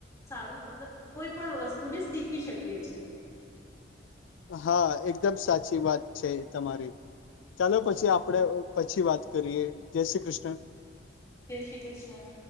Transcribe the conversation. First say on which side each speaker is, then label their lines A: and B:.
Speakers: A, on the left; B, on the left.
A: સારું મતલબ કોઈ પણ વસ્તુને શીખી શકીએ છે.
B: હા! એકદમ સાચી વાત છે, તમારી. ચાલો પછી આપડે પછી વાત કરીએ. જય શ્રી કૃષ્ણ
A: જય શ્રી કૃષ્ણ.